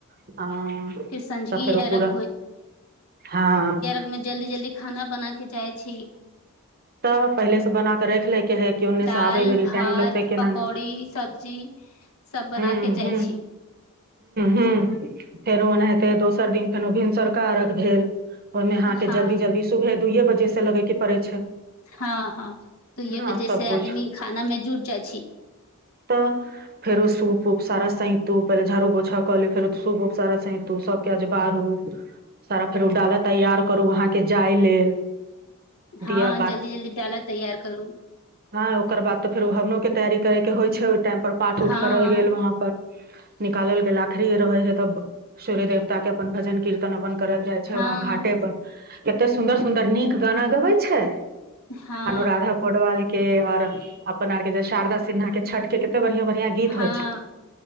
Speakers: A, on the right; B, on the left.
A: तब
B: फिर सँझुकी
A: फेर ओ
B: अर्घ
A: पूरा हँ
B: ओमे जल्दी जल्दी खाना बना के जाइ छी
A: तऽ पहिले से बना कऽ राख ले जे है‌ ओने
B: दाल
A: से आबै बेरी
B: भात
A: टाइम लगतै केना
B: पकौड़ी
A: नहि
B: सब्जी सब बना
A: हूँ
B: के जाइ छी
A: हूँ फेरो ऐने ऐतै दोसर दिन फेनो भिनसर सरकारक भेल ओहिमे अहाँ के
B: हँ
A: जल्दी जल्दी सुबे दुइये बजे से लगे के पड़ै छै
B: हँ हँ तऽ यह
A: ने
B: वजह
A: सबकुछ
B: से आदमी खाना में जुट जाइ छै
A: तऽ फेरो सूप उप सारा सैंतू पहिले झाड़ू पोछा क लियै फेरो सूप उप सारा सैंतू सभके आज बारू सारा फेरो डालय तैयार करू अहाँके जाय लेल
B: हँ
A: दिया
B: जल्दी जल्दी डाला तैयार करू
A: ह ओकर बाद त फेरो हवनो के हवन होइ छै ओय टाइम पर पाठ उठ
B: हँ
A: करल गेल वहाँ पर निकालल गेल आखिरी रहै है तब सूर्य देवता के अपन भजन कीर्तन अपन करल जाइ छै
B: हँ
A: वहाँ घाटे पर कते सुन्दर सुदर नीक गाना गबै छै
B: हँ
A: अनुराधा पौडवाल के आऔर अपन आरके शारदा सिन्हा छठ के‌ बढ़िआं बढ़िआं गीत
B: हँ
A: होइ छै